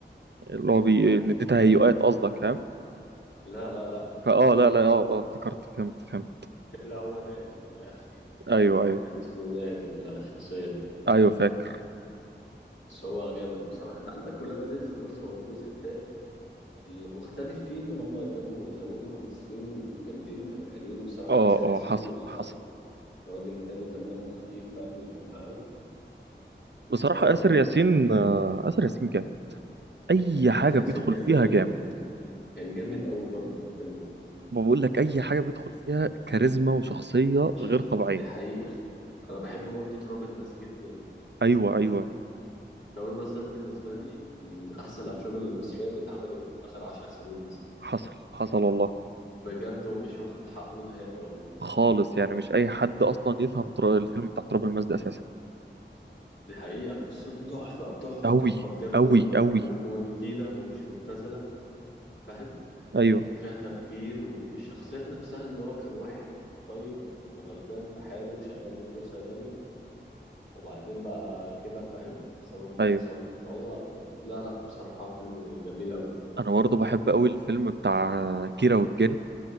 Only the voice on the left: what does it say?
لا لا لا
طلع هو نائل في الآخر
كان اسمه نائل الشخصية دي
بس هو جامد بصراحة أنت عندك ولاد رزق بص هو الجزء التاني المختلف فيه إن هما جابوا زودوا ممثلين جامدين كانوا حلوين بصراحة
آسر
ياسين
وال-
والراجل التاني كان دمه خفيف فاهم اللي كان معاهم
فهو ده
اللي
كان حلو يعني
باسم
ياسين كان
جامد
قوي كان جامد قوي برضه في الفيلم ده
شخص
دي حقيقة أنا بحب برضه تراب الماس جدا
تراب الماس ده بالنسبة لي من أحسن الأفلام المصرية اللي اتعملت آخر عشر سنين مثلا
بجد ومش واخد حقه نهائي والله
دي حقيقة قصته تحفة تحفة
تحفة بجد
و...
وم- وجديدة ومش مبتذلة فاهم
وفيها تفكير والشخصية نفسها إن هو كان واحد طيب وغلبان في حاله وشغال دكتور صيدلي وبعدين بقى كده فاهم بسبب اللي
حصل له فهو كانت لا لا بصراحة فيلم جميل أوي